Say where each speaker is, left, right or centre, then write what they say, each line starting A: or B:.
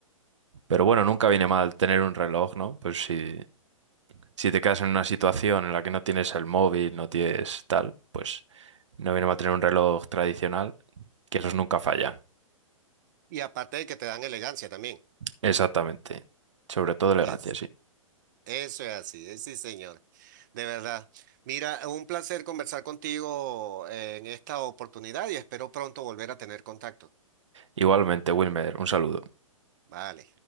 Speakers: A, on the right (about 60°); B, on the right (about 35°).
A: Pero bueno, nunca viene mal tener un reloj, ¿no? Pues sí si te quedas en una situación en la que no tienes el móvil, no tienes tal, pues no viene mal tener un reloj tradicional, que esos nunca fallan.
B: Y aparte de que te dan elegancia también.
A: Exactamente. Sobre todo elegancia,
B: Es,
A: sí.
B: eso es así, eh, sí, señor. De verdad. Mira, un placer conversar contigo eh, en esta oportunidad y espero pronto volver a tener contacto.
A: Igualmente, Wilmer, un saludo.
B: Vale.